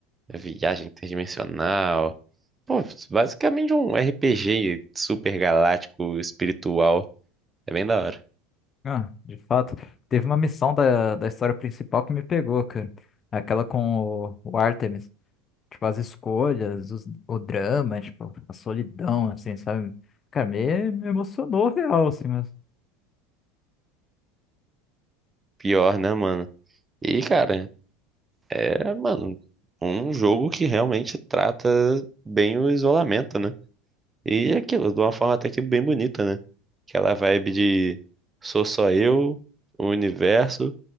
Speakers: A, on the right (about 20°); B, on the left (about 30°).
A: a viagem interdimensional. Pô, basicamente um RPG super galáctico espiritual. É bem da hora.
B: Ah, de fato. Teve uma missão da, da história principal que me pegou, cara. Aquela com o, o Artemis. tipo, as escolhas, os- o drama, tipo, a solidão, assim, sabe? Cara, me, me emocionou real, assim, mas
A: Pior, né, mano? E, cara, É, mano, um jogo que realmente trata bem o isolamento, né? E é aquilo, de uma forma até que bem bonita, né? Aquela vibe de sou só eu, o universo,